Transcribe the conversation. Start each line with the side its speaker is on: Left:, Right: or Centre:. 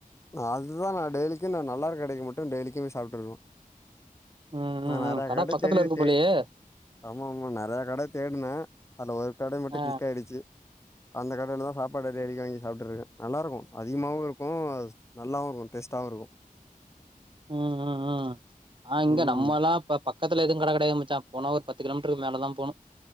Left: நா அதுதா நா டெய்லிக்கு நல்லா இருக்க கடைக்க மட்டு டெய்லிக்கு போய் சாப்ட்டுருவ
Right: ம்
Left: நா
Right: ம்
Left: நறைய
Right: ம்
Left: கட
Right: பக்கத்துல
Left: தேடிவிட்டே
Right: இருக்கு போலயே
Left: ஆமா ஆமா நறைய கட தேட்ன அதுல ஒரு கட மட்டு
Right: ஆ
Left: கிளிக் ஆயிடுச்சு அந்த கடைல தா சாப்பாடு டெய்லிக்கு வாங்கி சாப்டுருக்க நல்லா இருக்கு அதிகமாவு இருக்கு நல்லாவு இருக்கு டேஸ்ட்டாவு இருக்கு
Right: ம் ம் ம் ஆ இங்க
Left: ம்
Right: நம்மல்லா இப்ப பக்கத்துல எதுவு கட கடையாது மச்சா போனா ஒரு பத்து கிலோமீட்டருக்கு மேலதா போனு